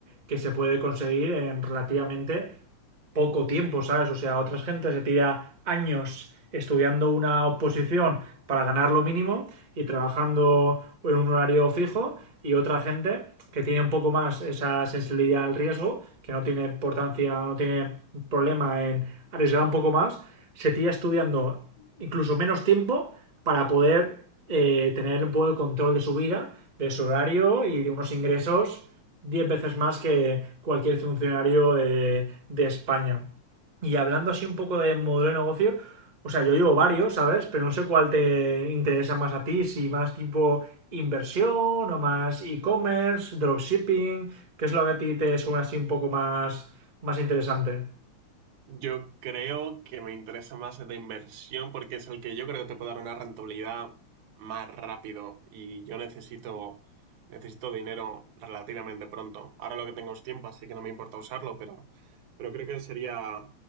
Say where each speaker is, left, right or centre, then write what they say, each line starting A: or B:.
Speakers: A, on the right; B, on the right.
A: que se puede conseguir en relativamente poco tiempo, ¿sabes? O sea, otras gente se tira años estudiando una oposición para ganar lo mínimo y trabajando en un horario fijo y otra gente que tiene un poco más esa sensibilidad al riesgo, que no tiene importancia, no tiene problema en arriesgar un poco más, se tira estudiando incluso menos tiempo para poder eh, tener un poco el control de su vida, de su horario y de unos ingresos 10 veces más que cualquier funcionario de, de España. Y hablando así un poco de modelo de negocio, o sea, yo digo varios, ¿sabes? Pero no sé cuál te interesa más a ti, si más tipo inversión o más e-commerce, dropshipping? ¿Qué es lo que a ti te suena así un poco más, más interesante?
B: Yo creo que me interesa más el de inversión porque es el que yo creo que te puede dar una rentabilidad más rápido y yo necesito, necesito dinero relativamente pronto. Ahora lo que tengo es tiempo, así que no me importa usarlo, pero, pero creo que sería